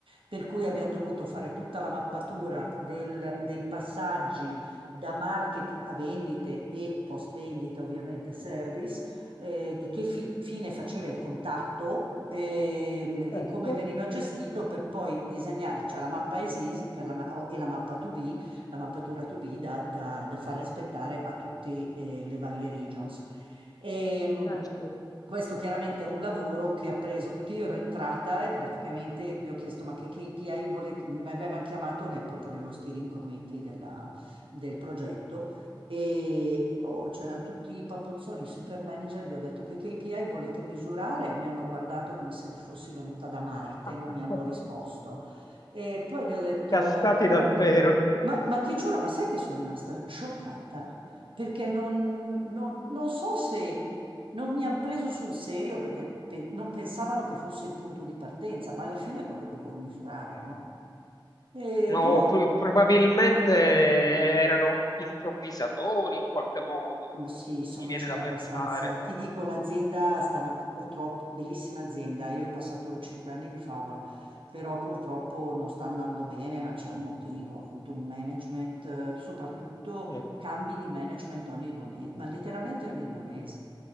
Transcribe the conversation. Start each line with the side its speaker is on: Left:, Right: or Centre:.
Right: Per cui abbiamo dovuto fare tutta la mappatura del- dei passaggi da marketing a vendite e post vendita, ovviamente service, eh, di che fi- fine faceva il contatto ehm, e
Left: Certo,
Right: come veniva gestito per poi disegnare, cioè la mappa ESIS per la ma- e la mappa 2B, la mappatura 2B da, da- da far rispettare a tutte eh, le varie regions. E, mh,
Left: certo.
Right: questo chiaramente è un lavoro che ha preso, perché io ero entrata e praticamente gli ho chiesto ma che KPI volete, mi avevano chiamato nel- proprio nello steering committee della- del progetto e oh, c'erano tutti i papozzoni, i super manager, gli ho detto che KPI volete misurare? Mi hanno guardato come se fossi venuta da Marte,
Left: Accasta-
Right: non mi hanno risposto. E poi gli ho detto,
Left: Cascati
Right: perché
Left: dal
Right: ma
Left: pero.
Right: ma, ma ti giuro, ma sai che sono rimasta scioccata? Perché non, non- non so se non mi hanno preso sul serio perché pe- non pensavano che fosse il punto di partenza, ma alla fine è quello che vuoi misurare, no? E
Left: No,
Right: boh,
Left: p- probabilmente erano improvvisatori in qualche modo,
Right: Ma sì, insomma
Left: mi viene
Right: c'era
Left: da pensare.
Right: abbastanza. Ti dico, l'azienda stava purtroppo, bellissima azienda, io ho passato cinque anni di favola, però purtroppo non sta andando bene, ma c'è un motivo, ho avuto un management, eh, soprattutto
Left: Eh,
Right: cambi di management ogni due mesi, ma letteralmente ogni due mesi,